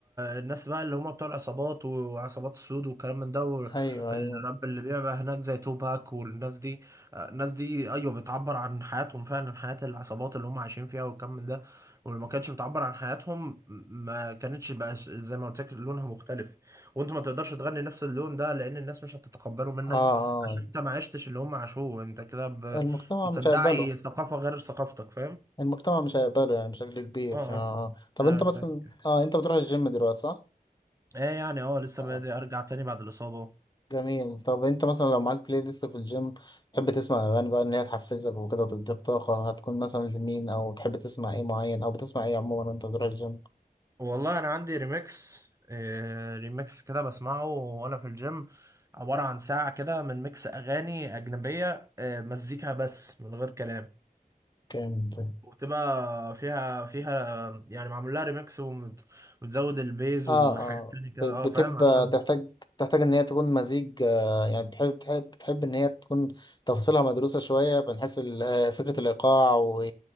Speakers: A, on the right; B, on the left.
A: الناس بقى اللي هم بتوع العصابات وعصابات السود والكلام من ده
B: أيوه
A: الراب
B: أيوه
A: اللي بيبقى هناك زي توباك والناس دي آه، الناس دي ايوه بتعبر عن حياتهم فعلا حياة العصابات اللي هم عايشين فيها والكم من ده ولما كانتش بتعبر عن حياتهم ما كانتش بقى ش- زي ما قلت لك لونها مختلف وانت ما تقدرش تغني نفس اللون ده لان الناس مش هتتقبله منك
B: اه اه
A: عشان انت ما عشتش اللي هم عاشوه انت كده ب-
B: المجتمع
A: بتدعي
B: مش هيقبله
A: ثقافة غير ثقافتك فاهم
B: المجتمع مش هيقبله يعني بشكل كبير
A: اه
B: آه.
A: اه
B: طب
A: ده
B: انت
A: اساس
B: مثلا
A: كده
B: اه انت بتروح الجيم دلوقتي صح؟
A: ايه يعني اه لسه
B: آه.
A: بادئ ارجع تاني بعد الإصابة
B: جميل طب انت مثلا لو معاك بلاي ليست في الجيم تحب تسمع اغاني بقى ان هي تحفزك وكده وتديك طاقة هتكون مثلا لمين او تحب تسمع ايه معين او بتسمع ايه عموما وانت بتروح الجيم؟
A: والله انا عندي ريميكس آه، ريميكس كده بسمعه وانا في الجيم عبارة عن ساعة كده من ميكس اغاني اجنبية آه، مزيكا بس من غير كلام
B: جامد
A: وتبقى فيها فيها يعني معمول لها ريميكس ومتزود البيز
B: اه
A: وحاجات
B: اه
A: تانية كده
B: ب-
A: اه
B: بتبقى
A: فاهم عشان
B: تحتاج تحتاج ان هي تكون مزيج آه يعني بتحب بتحب بتحب ان هي تكون تفاصيلها مدروسة شوية بنحس ال- آه، فكرة الايقاع و-